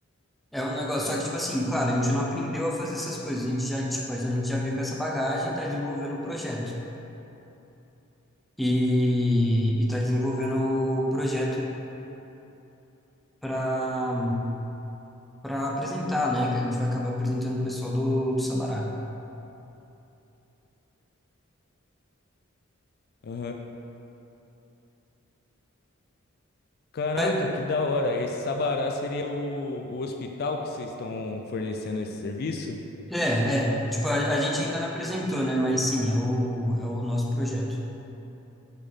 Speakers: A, in the centre; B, on the left.
A: é um negócio, só que tipo assim, claro, a gente não aprendeu a fazer essas coisas. A gente já, tipo, a gente já veio com essa bagagem, tá desenvolvendo o projeto. E, e tá desenvolvendo o projeto para para apresentar, né, que a gente vai acabar apresentando o pessoal do do Sabará.
B: Aham. Caraca,
A: Mas,
B: que da hora. Esse Sabará seria o, o hospital que vocês estão fornecendo esse serviço?
A: é, é, tipo, a, a gente ainda não apresentou, né, mas sim, é o é o nosso projeto.